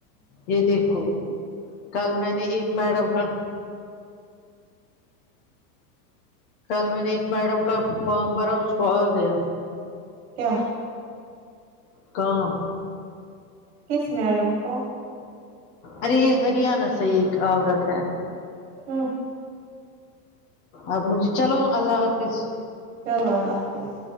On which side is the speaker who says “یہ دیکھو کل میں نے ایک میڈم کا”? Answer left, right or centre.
Left